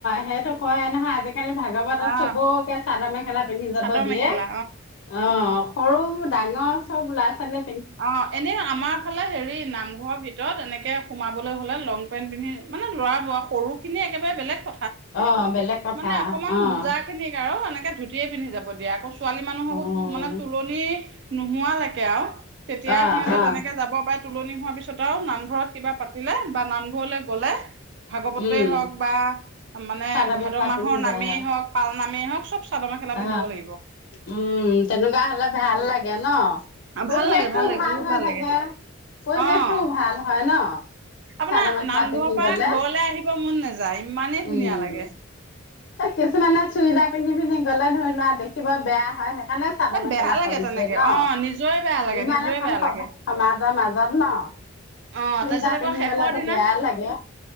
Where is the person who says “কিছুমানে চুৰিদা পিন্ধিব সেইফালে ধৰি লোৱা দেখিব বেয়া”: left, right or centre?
Left